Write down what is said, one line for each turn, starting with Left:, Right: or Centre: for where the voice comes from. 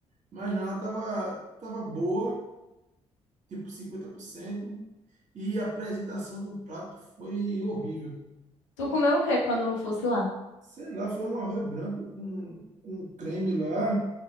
Right: Mas ela tava, tava boa, tipo 50% e a apresentação do prato foi horrível.
Left: Tu comeu o quê quando eu fosse lá?
Right: Sei lá, foi um arroz branco com, com creme lá,